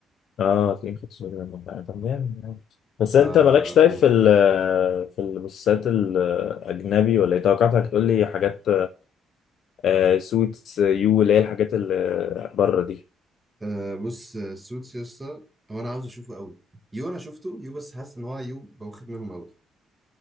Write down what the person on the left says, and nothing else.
اه تلاقيه خد صورة من الموقع. طب جامد يعني. بس
انت مالكش طيب
في ال في المسلسلات الاجنبي ولا ايه توقعتك تقول لي حاجات آه سوتس يو اللي هي الحاجات اللي بره دي